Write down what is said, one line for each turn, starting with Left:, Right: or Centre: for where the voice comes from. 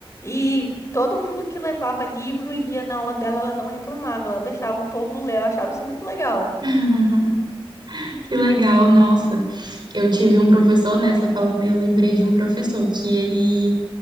Left: E todo mundo que levava livro e lia na aula dela, ela não reclamava, ela deixava o povo ler. Eu achava isso muito legal.
Right: <laughs> Que legal, nossa. Eu tive um professor, né? Você falando, eu lembrei de um professor que ele